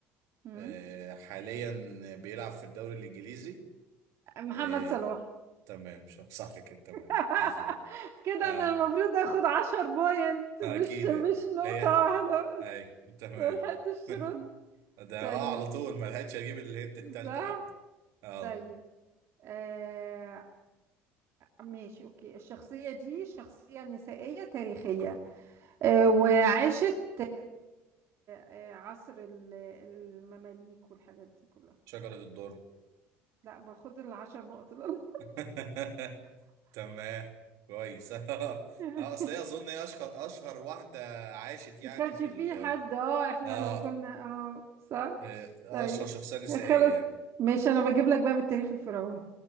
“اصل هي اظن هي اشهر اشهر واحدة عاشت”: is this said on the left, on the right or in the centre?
Right